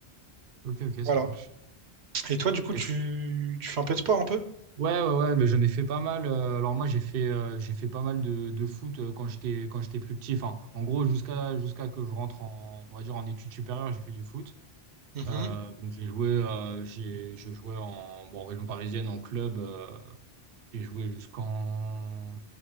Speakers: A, on the right (about 65°); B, on the right (about 85°).
A: Ok, ok, ça
B: Voilà.
A: marche.
B: Et toi, du coup,
A: Ok.
B: tu, tu fais un peu de sport un peu?
A: Ouais, ouais, ouais, mais j'en ai fait pas mal. euh, alors moi, j'ai fait, euh, j'ai fait pas mal de, de foot euh, quand j'étais, quand j'étais plus petit. Enfin, en gros, jusqu'à, jusqu'à que je rentre en, on va dire en études supérieures, j'ai fait du foot.
B: Mhm.
A: Euh, donc j'ai joué, euh, j'ai, je jouais en, bon, en région parisienne, en club. euh, j'ai joué jusqu'en,